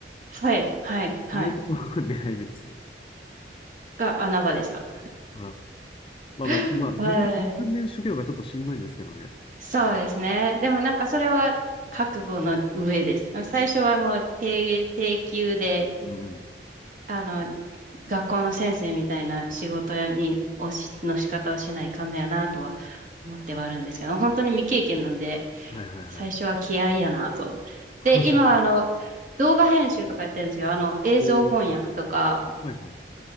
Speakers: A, on the right; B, on the left.
A: はいはいはい。
B: ああいうところが狙い目ですよ。
A: が穴場ですか。
B: はいまあまあ、
A: <laughs>
B: まあ、
A: はい。
B: 初めの2、3年修行がちょっとしんどいんですけどね。
A: そうですね。でもなんかそれは覚悟の上です。最初はもう低、低級で、
B: うん。
A: あの、学校の先生みたいな仕事やに、をし、の仕方をしないかんだよなとは思ってはあるんですけど、本当に未経験なんで、
B: はいはいはいはい。
A: 最初は気合いやなと。
B: <laughs>
A: で、今、あの、動画編集とかやってるんですよ。あの、映像翻訳とか、
B: おーはいはい。